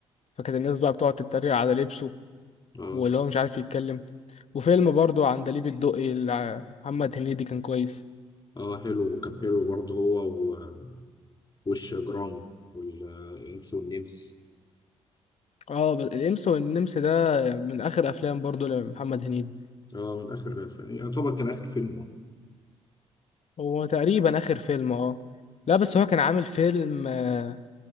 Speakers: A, on the left (about 45°); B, on the left (about 25°).
A: فكانت الناس بقى بتقعد تتريق على لبسه
B: آه
A: واللي هو مش عارف يتكلم وفيلم برضو عندليب الدقي اللي محمد هنيدي كان كويس
B: آه حلو وكان حلو برضه هو و- وش جرام والإنس والنمس
A: اه بس الإنس والنمس ده من آخر أفلام برضو لمحمد هنيدي
B: آه من آخر يعتبر كان آخر فيلم
A: هو تقريبا آخر فيلم اه لا بس هو كان عامل فيلم آه،